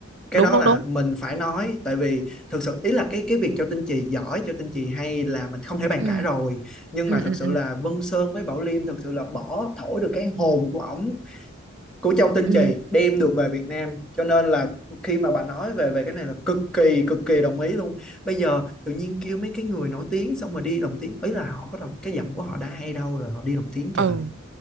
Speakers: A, in the centre; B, on the right.
A: cái
B: đúng
A: đó
B: đúng
A: là
B: đúng
A: mình phải nói tại vì thực sự ý là cái cái việc Châu Tinh Trì giỏi Châu Tinh Trì hay là mình không thể bàn
B: Ừ,
A: cãi rồi nhưng
B: ừ,
A: mà thật
B: ừ,
A: sự
B: ừ,
A: là Vân Sơn với Bảo Liêm thật sự là bỏ thổi được cái hồn của ổng của châu tinh
B: ừ,
A: trì đem được về Việt Nam cho nên là khi mà bà nói về về cái này là cực kỳ cực kỳ đồng ý luôn bây giờ tự nhiên kêu mấy cái người nổi tiếng xong rồi đi lồng tiếng ý là họ có đồng cái giọng của họ đã hay đâu rồi họ đi lồng tiếng trời
B: ừ,